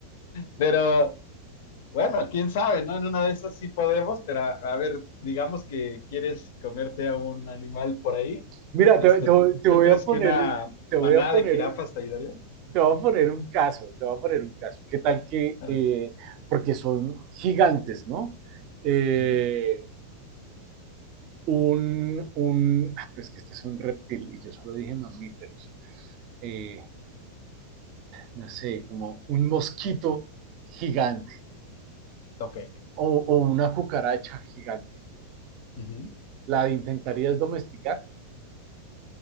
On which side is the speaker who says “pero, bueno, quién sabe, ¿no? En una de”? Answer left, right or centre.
Left